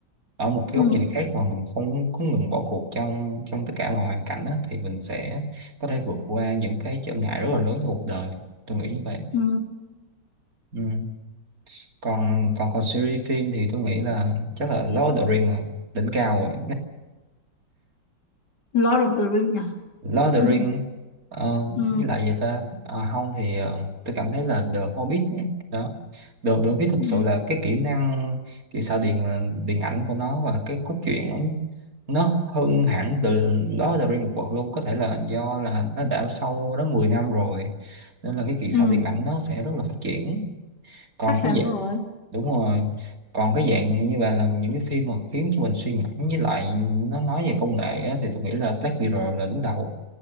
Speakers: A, on the right; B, on the left.
A: ở một cái
B: Ừ.
A: góc nhìn khác mà mình không có ngừng bỏ cuộc trong trong tất cả mọi hoàn cảnh á, thì mình sẽ có thể vượt qua những cái trở ngại rất là lớn trong cuộc đời tôi nghĩ như vậy
B: Ừ.
A: ừ. còn còn còn series phim thì tôi nghĩ là chắc là Lord of the Rings là đỉnh cao rồi
B: Lord of the Ring à?
A: Lord of the
B: Ừ.
A: Ring ờ,
B: Ừ.
A: với lại gì ta Ờ, không thì ờ, tôi cảm thấy là The Hobbit ấy. đó The, The Hobbit thực
B: Ừ.
A: sự là cái kỹ năng kỹ xảo điện ờ, điện ảnh của nó và cái cốt truyện nó nó hơn hẳn từ Lord of the Ring một bậc luôn có thể là do là nó đã sau đó 10 năm rồi nên là cái kỹ xảo
B: Ừ.
A: điện ảnh nó sẽ rất là phát triển còn
B: Chắc chắn
A: cái dạng
B: rồi.
A: đúng rồi còn cái dạng như vậy là những cái phim mà khiến cho mình suy ngẫm với lại nó nói về công nghệ á, thì tôi nghĩ là Black Mirror là đứng đầu